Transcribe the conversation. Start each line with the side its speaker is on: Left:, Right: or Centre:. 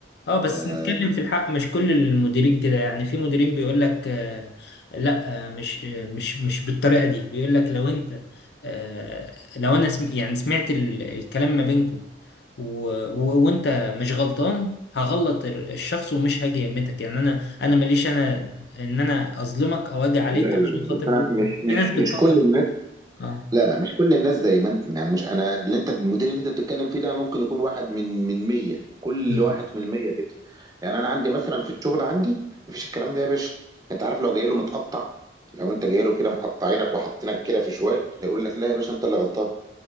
Left: اه بس
Right: آه
Left: نتكلم في الحق مش كل المديرين كده يعني في مديرين بيقول لك آه لا آه مش آه مش مش بالطريقه دي بيقول لك لو انت آه لو انا سم يعني سمعت ال- الكلام ما بينكم و- و- وانت مش غلطان هغلط ال- الشخص ومش هاجي يمتك يعني انا انا ماليش انا ان انا اظلمك او اجي عليك
Right: لا لا
Left: عشان
Right: لا
Left: خاطر
Right: بس انا
Left: هو
Right: مش مش
Left: في ناس بتفكر
Right: مش كل الناس
Left: اه
Right: لا لا مش كل الناس زي ما انت يعني مش انا اللي انت المدير اللي انت بتتكلم فيه ده ممكن يكون واحد من من 100 كل
Left: بالظبط
Right: واحد من 100 كده يعني انا عندي مثلا في الشغل عندي مفيش الكلام ده يا باشا انت عارف لو جاي له متقطع لو انت جاي له كده مقطعينك وحاطينك كده في شوال هيقول لك لا يا باشا انت اللي غلطان